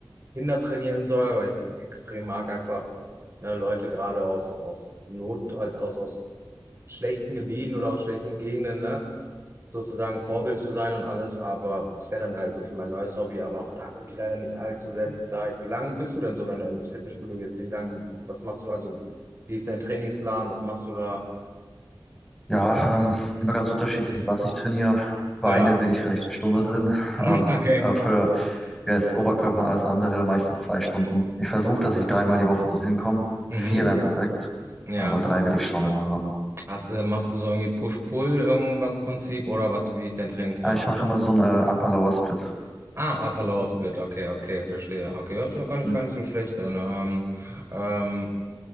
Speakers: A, on the right (about 35°); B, in the centre.
A: Kinder trainieren soll, weil ich extrem mag einfach ne, Leute gerade aus, aus Not, als aus, aus schlechten Gebieten oder aus schlechten Gegenden, ne, sozusagen Vorbild zu sein und alles, aber es wäre dann halt wirklich mein neues Hobby, aber auch da habe ich leider nicht allzu sehr die Zeit. Wie lange bist du denn so, wenn du ins Fitnessstudio gehst? Wie lange, was machst du? Also, wie ist dein Trainingsplan? Was machst du da?
B: Ja, ähm, immer ganz unterschiedlich, was ich trainiere. Beine
A: Ja.
B: bin ich vielleicht eine Stunde drin,
A: <laughs>
B: ähm,
A: Okay.
B: aber für ja, das Oberkörper und alles andere meistens zwei Stunden. Ich versuche, dass ich dreimal
A: Okay.
B: die Woche dorthin komme.
A: Mhm.
B: Vier wären perfekt,
A: Ja.
B: aber drei will ich schon immer haben.
A: Hast du, machst du so irgendwie Push-Pull irgendwas Prinzip oder was, wie ist dein Trainingsplan
B: Ah, Ich
A: aufgebaut?
B: mache immer so einen äh, Upper-Lower-Split.
A: Ah, Upper Lower Split, okay, okay, verstehe. Okay, das ist ja gar nicht,
B: Hm.
A: gar nicht so schlecht. Dann, ähm, ähm,